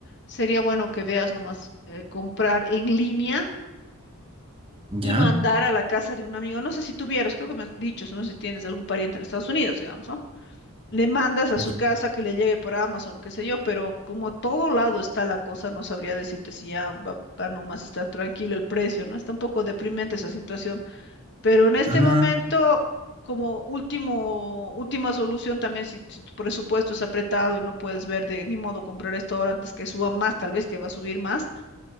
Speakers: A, on the left (about 50°); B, on the right (about 25°).
A: sería bueno que veas nomás eh, comprar en línea y
B: ya.
A: mandar a la casa de un amigo. No sé si tuvieras, creo que me has dicho, no sé si tienes algún pariente en Estados Unidos, digamos, ¿no? le mandas a su
B: ya.
A: casa que le llegue por Amazon, qué sé yo, pero como a todo lado está la cosa, no sabría decirte si ya va, va nomás está tranquilo el precio, ¿no? Está un poco deprimente esa situación, pero en este
B: Ah,
A: momento, como último, última solución también, si, si tu presupuesto es apretado y no puedes ver de ni modo comprar esto ahora antes que suba más, tal vez que va a subir más,